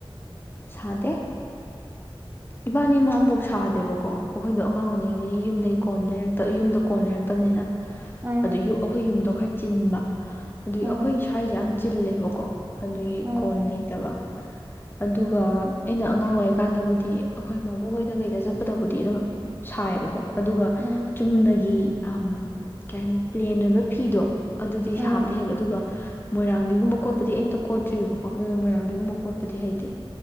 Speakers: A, on the left; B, on the right.
A: ꯁꯥꯗꯦ ꯏꯕꯥꯅꯤꯃꯛ ꯑꯃꯐꯧ ꯁꯥꯗꯦꯕꯀꯣ ꯑꯩꯈꯣꯏꯗꯣ ꯑꯉꯥꯡ
B: ꯎꯝ
A: ꯑꯣꯏꯔꯤꯉꯩꯅꯦ ꯌꯨꯝꯗꯩ ꯀꯣꯛ ꯌꯨꯝꯗ ꯀꯣꯟ ꯂꯩꯔꯛꯇꯕꯅꯤꯅ
B: ꯎꯝ
A: ꯑꯗꯒꯤ ꯑꯩꯈꯣꯏ ꯌꯨꯝꯗꯣ ꯆꯤꯟꯕ ꯑꯗꯨꯒꯤ
B: ꯎꯝ
A: ꯑꯩꯈꯣꯏ ꯁ꯭ꯋꯥꯏꯖꯦ ꯌꯥꯝ ꯆꯤꯜꯂꯦꯕꯀꯣ ꯑꯗꯨꯒꯤ
B: ꯎꯝ
A: ꯀꯣꯟ ꯂꯩꯇꯕ ꯑꯗꯨꯒ ꯑꯩꯅ ꯑꯉꯥꯡ ꯑꯣꯏꯔꯤꯀꯥꯟꯗꯕꯨꯗꯤ ꯑꯩꯈꯣꯏ ꯃꯕꯣꯛꯍꯣꯏꯗ ꯀꯩꯗ ꯆꯠꯄꯗꯕꯨꯗꯤ ꯑꯗꯨꯝ ꯁꯥꯏꯕꯀꯣ ꯑꯗꯨꯒ
B: ꯎꯝ
A: ꯆꯨꯝꯅꯒꯤ ꯑꯝ ꯀꯩ ꯍꯥꯏꯅꯤ ꯄ꯭ꯂꯦꯟ ꯑꯣꯏꯕ ꯐꯤꯗꯣ ꯑꯗꯨꯗꯤ
B: ꯎꯝ
A: ꯁꯥꯕꯗꯤ ꯍꯩꯕ ꯑꯗꯨꯒ ꯃꯣꯏꯔꯥꯡꯕꯤꯒꯨꯝꯕ ꯀꯣꯠꯄꯗꯤ ꯑꯩ ꯑꯝꯇ ꯀꯣꯠꯇ꯭ꯔꯤꯕꯀꯣ ꯑꯗꯨꯅ ꯃꯣꯏꯔꯥꯡꯕꯤꯒꯨꯝꯕ ꯀꯣꯠꯄꯗꯤ ꯍꯩꯇꯦ